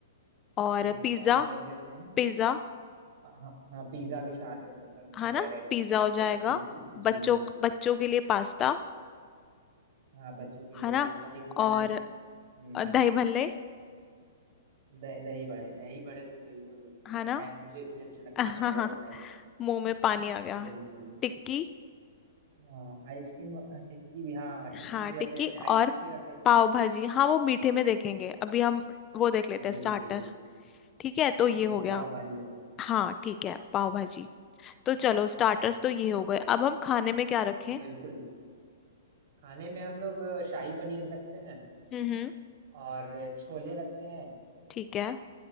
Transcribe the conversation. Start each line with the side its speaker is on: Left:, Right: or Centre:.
Left: और
Right: ठीक है
Left: पिज्ज़ा
Right: चाउमीन रख देते हैं
Left: पिज़्ज़ा
Right: हाँ हाँ पिज्ज़ा भी स्टार्टर में एकदम सही
Left: है ना
Right: रहेगा एकदम
Left: पिज़्ज़ा
Right: सही
Left: हो
Right: सोच
Left: जाएगा
Right: है बिल्कुल जी
Left: बच्चों
Right: जी
Left: बच्चों के लिए पास्ता
Right: हाँ बच्चों के लिए
Left: है ना
Right: पास्ता लिख लिया
Left: और
Right: मैंने हम्म
Left: अ, दही भल्ले
Right: दही दही बड़े दही बड़े तो बिल्कुल
Left: है
Right: मैं
Left: ना
Right: मैं- मुझे इतने अच्छे लगते
Left: <laughs>
Right: हैं ना वो रखना ही है रखना
Left: मुंह
Right: है।
Left: में पानी आ गया
Right: बिल्कुल
Left: टिक्की
Right: हाँ आइसक्रीम अ, टिक्की भी हाँ हाँ, टिक्की
Left: हाँ
Right: भी
Left: टिक्की
Right: रख देते हैं आइसक्रीम
Left: और
Right: भी रख देते
Left: पाव
Right: हैं
Left: भाजी हाँ वो मीठे में देखेंगे अभी हम वो देख
Right: हाँ
Left: लेते हैं
Right: बिल्कुल
Left: स्टार्टर
Right: बिल्कुल
Left: ठीक है तो ये
Right: ठीक
Left: हो
Right: है
Left: गया
Right: पाव भाजी रख लेते हैं
Left: हाँ ठीक है पाव भाजी तो चलो स्टार्टर्स
Right: हाँ
Left: तो ये हो गए अब हम खाने में क्या रखें
Right: बिल्कुल खाने में हम लोग अ, शाही पनीर रखते हैं
Left: हम्म हम्म,
Right: और छोले रखते हैं
Left: ठीक है